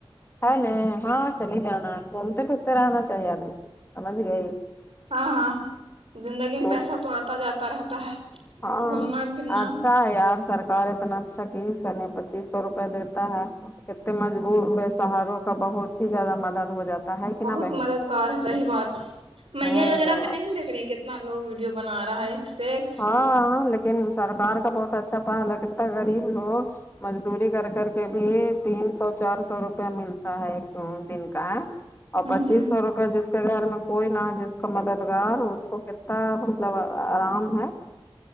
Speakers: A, on the left (about 25°); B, on the right (about 80°).
A: ہے نہیں ہاں چلی جانا گھومتے پھرتے رہنا چاہیے آدمی کو سمجھ گئے
B: ہاں ہاں زندگی میں
A: سو
B: پیسہ تو آتا جاتا رہتا ہے
A: ہاں
B: گھومنا پھرنا
A: اچھ ہاں یار سرکار اتنا اچھا کی سن پچیس سو روپے دیتا ہے انے مجبور بسہاروں کا بہت ہی زیادہ مدد ہو جاتا ہے کہ
B: بہت
A: نا بہن
B: مددگار ہے صحیح بات میا
A: ہوں
B: یجنا پہ نہیں دیکھ کتنا لوگ ویڈیو بنا رہا ہے ایک سے ایک
A: ہاں ہاں لیکن سرکار کا بہت اچھا پال ہے کتنا غریب لوگ مزدوری کر کر کے بھی تین سو چار سو روپیہ ملتا ہے ایک دن کا ہے اور
B: ہوں
A: پچیس
B: ہوں
A: سو روپے جس اس کے گھر میں کوئی نہ جس کا مددگار اس کو کتنا مطلب آرام ہے